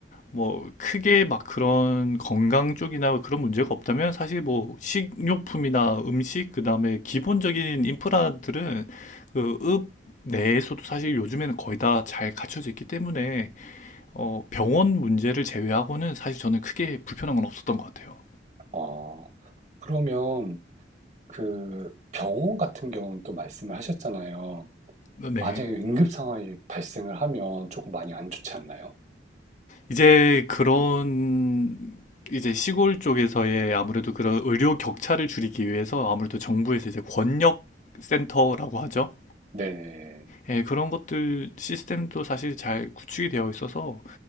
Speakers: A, on the left (about 45°); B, on the right (about 40°).
A: 뭐 크게 막 그런 건강 쪽이나 그런 문제가 없다면 사실 뭐 식료품이나 음식 그다음에 기본적인 인프라들은 그읍 내에서도 사실 요즘에는 거의 다 잘 갖춰져 있기 때문에 어 병원 문제를 제외하고는 사실 저는 크게 불편한 건 없었던 것 같아요.
B: 아 그러면 그 병원 같은 경우는 또 말씀을 하셨잖아요.
A: 어, 네.
B: 만약에 응급 상황이 발생을 하면 조금 많이 안 좋지 않나요?
A: 이제 그런 이제 시골 쪽에서의 아무래도 그런 의료 격차를 줄이기 위해서 아무래도 정부에서 이제 권역 센터라고 하죠.
B: 네네.
A: 예, 그런 것들 시스템도 사실 잘 구축이 되어 있어서